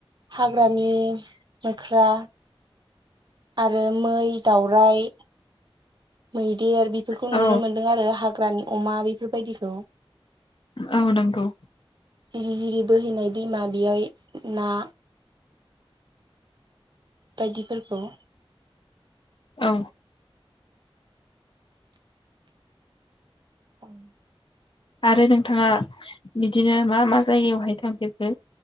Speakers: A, on the right; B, on the left.
A: हाग्रानि मोख्रा आरो मै, दावराय मैदेर बेफोरखौ
B: औ
A: नुनो मोनदों आरो हाग्रानि अमा बेफोरबायदिखौ
B: औ नंगौ
A: जिरि जिरि बोहैनाय दैमा बेयैय ना बायदि फोरखौ
B: औ
A: <inaudible>
B: आरो नोंथाङा बिदिनो मा मा जायगायावहाय थांफेरखो?